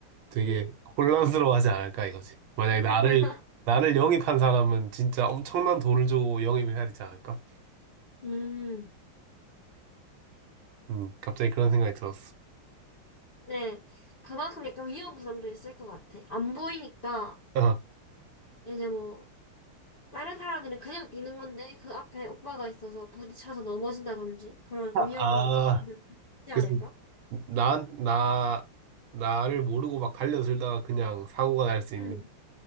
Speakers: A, on the right (about 75°); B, on the left (about 40°).
A: 되게
B: 응.
A: 혼란스러워하지 않을까 이거지. 만약에
B: <laughs>
A: 나를 나를 영입한 사람은 진짜 엄청난 돈을 주고 영입을 해야 되지 않을까?
B: 음,
A: 음, 갑자기 그런 생각이 들었어.
B: 네. 그만큼 약간 위험 부담도 있을 것 같아. 안 보이니까,
A: <laughs>
B: 이제 뭐, 다른 사람들은 그냥 뛰는 건데, 그 앞에 오빠가 있어서 부딪혀서 넘어진다든지, 그런 약간
A: 아,
B: 위험, 부담이 있지
A: 그래서
B: 않을까?
A: 나, 나, 나를 모르고 막 달려들다가 그냥 사고가 날 수 있는.
B: 응.